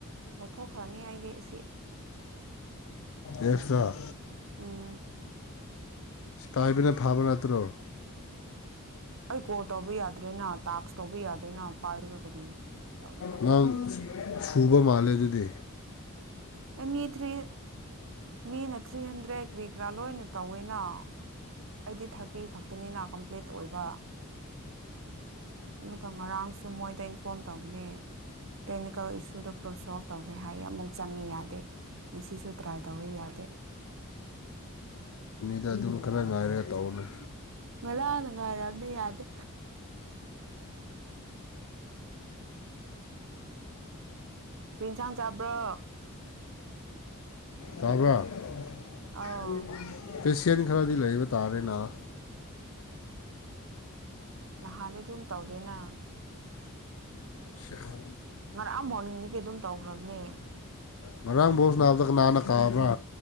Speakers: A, on the right (about 65°); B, on the left (about 65°).
A: ꯑꯣ ꯊꯣꯛꯈ꯭ꯔꯅꯤ ꯍꯥꯏꯗꯤ ꯑꯁꯤ
B: ꯑꯦꯞꯁꯇ
A: ꯎꯝ
B: ꯁꯤꯄꯥꯏꯕꯅ ꯐꯥꯕꯅ ꯇꯔꯣ
A: ꯑꯩ ꯀꯣꯜ ꯇꯧꯕ ꯌꯥꯗ꯭ꯔꯦꯅ ꯇꯥꯛꯁ ꯇꯧꯕ ꯌꯥꯗ꯭ꯔꯦꯅ ꯄꯥꯏꯔꯒ ꯀꯔꯤ ꯇꯧꯅꯤꯡꯉꯥꯏ
B: ꯉ ꯁꯨꯕ ꯃꯥꯂ ꯑꯗꯨꯗ
A: ꯑꯦ ꯃꯤ ꯊ꯭ꯔꯤ ꯃꯤꯅ ꯊ꯭ꯔꯤ ꯍꯟꯗ꯭ꯔꯦꯠ ꯀ꯭ꯔꯤꯒ꯭ꯔꯥ ꯂꯣꯏꯅ ꯇꯧꯋꯦꯅ ꯑꯩꯗꯤ ꯊꯥꯔꯇꯤ ꯈꯛꯇꯅꯤꯅ ꯀꯝꯄ꯭ꯂꯤꯠ ꯑꯣꯏꯕ ꯑꯗꯨꯒ ꯉꯔꯥꯡꯁꯨ ꯃꯣꯏꯗ ꯏꯟꯐꯣꯔꯝ ꯇꯧꯕꯅꯦ ꯇꯦꯛꯅꯤꯀꯦꯜ ꯏꯁꯨꯗ ꯄꯣ ꯁꯣꯜ ꯇꯧꯈ꯭ꯔꯦ ꯍꯥꯏꯌꯦ ꯑꯃꯨ ꯆꯪꯉꯤ ꯌꯥꯗꯦ ꯁꯤꯁꯨ ꯇ꯭ꯔꯥꯏ ꯇꯧꯋ ꯌꯥꯗꯦ
B: ꯗ ꯑꯗꯨꯝ ꯈꯔ ꯉꯥꯏꯔꯒ ꯇꯧꯅꯤ
A: ꯉꯔꯥꯡꯅ ꯉꯥꯏꯔꯑꯝꯗꯤ ꯌꯥꯗꯦ ꯟꯁꯥꯡ ꯆꯥꯕ꯭ꯔꯣ
B: ꯇꯥꯕ <inaudible>
A: ꯑꯧ
B: ꯄꯦꯁꯤꯌꯥꯅꯤ ꯈꯔꯗꯤ ꯂꯩꯕ ꯇꯥꯔꯦꯅ <inaudible>
A: ꯅꯍꯥꯟꯗꯤ ꯑꯗꯨꯝ ꯇꯧꯗꯦꯅ
B: ꯁꯍ
A: ꯉꯔꯥꯡꯑ ꯃꯣꯔꯅꯤꯡꯗꯒꯤ ꯑꯗꯨꯝ ꯇꯧꯈ꯭ꯔꯕꯅꯦ
B: ꯉꯔꯥꯡ ꯕꯣꯁ ꯅꯥꯕꯗꯒ ꯅꯥꯟꯅ ꯀꯥꯕ꯭ꯔꯥ